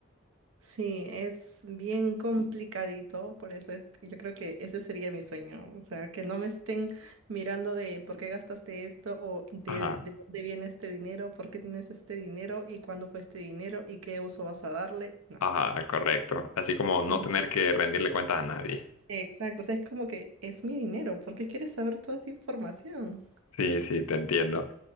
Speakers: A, on the right; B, on the left.
A: Sí, es bien complicadito, por eso es, yo creo que ese sería mi sueño, o sea, que no me estén mirando de por qué gastaste esto o de,
B: Ajá.
A: de dónde viene este dinero, por qué tienes este dinero y cuándo fue este dinero y qué uso vas a darle, no.
B: Ajá, correcto. Así como no
A: Sí, sí,
B: tener
A: sí.
B: que rendirle cuentas a nadie.
A: Exacto, o sea, es como que es mi dinero, ¿por qué quieres saber toda esa información?
B: Sí, sí, te entiendo.